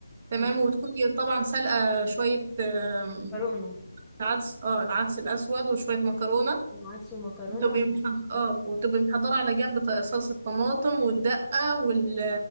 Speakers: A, on the right; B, in the centre.
A: تمام
B: تمام
A: وتكوني طبعا سلقة شوية آم،
B: مكرونه
A: عدس اه العدس الأسود وشوية مكرونة
B: وعدس ومكرونه
A: تبقي مح-
B: ومحشي
A: اه وتبقي محضرة على جنب ط- صلصة طماطم والدقة وال...